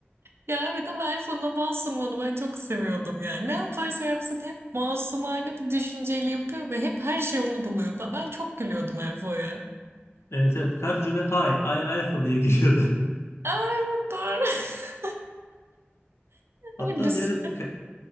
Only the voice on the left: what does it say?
Evet evet. Her cümle hi, I'm Elfo diye giriyordu.
<laughs> Hatta
bir ara ka-